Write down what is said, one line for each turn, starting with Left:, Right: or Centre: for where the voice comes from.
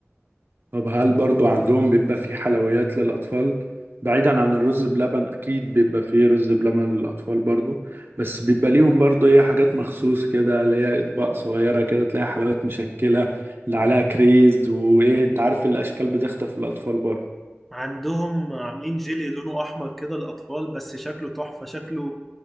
Right: طب هل برضو عندهم بيبقى في حلويات للأطفال بعيدا عن الرز بلبن أكيد بيبقى فيه رز بلبن للأطفال برضو بس بيبقى ليهم برضو إيه حاجات مخصوص كده اللي هي أطباق صغيرة كده تلاقي حلويات مشكلة اللي عليها كريز وإيه أنت عارف الأشكال بتخطف الأطفال برضو
Centre: عندهم عاملين جيلي لونه احمر كده للاطفال بس شكله تحفة شكله